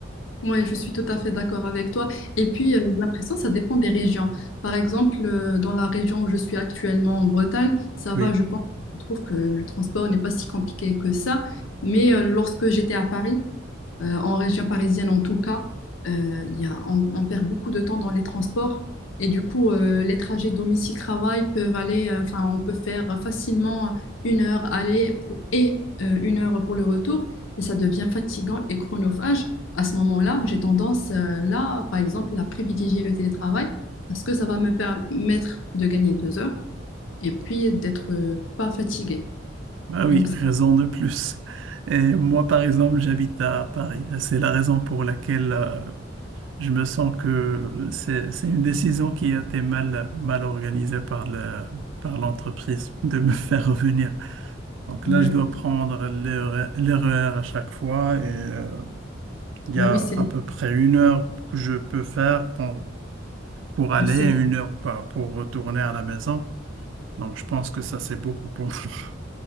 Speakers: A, on the left; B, on the right.
A: Oui, je suis tout à fait d'accord avec toi. Et puis, euh, j'ai l'impression, ça dépend des régions. Par exemple, euh, dans la région où je suis actuellement en Bretagne, ça
B: Oui.
A: va, je pense, je trouve que le transport n'est pas si compliqué que ça. Mais euh, lorsque j'étais à Paris, euh, en région parisienne en tout cas, euh, il y a, on, on perd beaucoup de temps dans les transports. Et du coup, euh, les trajets domicile-travail peuvent aller, euh, enfin, on peut faire facilement une heure aller pour- et euh, une heure pour le retour. Et ça devient fatigant et chronophage à ce moment-là, j'ai tendance, euh, là, par exemple, à privilégier le télétravail parce que ça va me permettre de gagner deux heures et puis d'être euh, pas fatiguée.
B: Ah oui,
A: Donc, c'est-
B: raison de plus. Et moi, par exemple, j'habite à Paris. C'est la raison pour laquelle euh, je me sens que c'est, c'est une décision qui a été mal, mal organisée par le, par l'entreprise de me faire revenir. Donc
A: ouais,
B: là, je
A: ouais.
B: dois prendre l'erre- l'erreur à chaque fois et euh, il
A: bah
B: y a
A: oui, c'est,
B: à peu près une heure que je peux faire pour, pour aller
A: bah, c'est-
B: et une heure par- pour retourner à la maison. Donc je pense que ça, c'est beaucoup pour moi. <laughs>